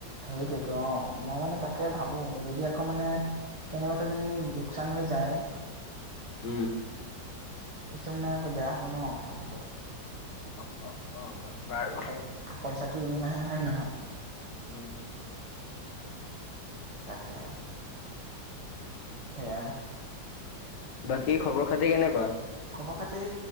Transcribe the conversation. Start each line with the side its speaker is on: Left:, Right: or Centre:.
Right: সেইটোয়েতো অঁ মই মানে তাকে ভাবো যদি আকৌ মানে কেনেবাকৈ যদি লোকচান হৈ যায়
Left: উম।
Right: পিছত মানে আকৌ বেয়া হ'ব ন কথাটো।
Left: অ অ অ বাৰু
Right: প পইচাটো এনেই নাহে হয় নে নহয়?
Left: উম।
Right: তাকে। সেয়া।
Left: বাকী খবৰ খাতি কেনেকুৱা?
Right: খবৰ খাতি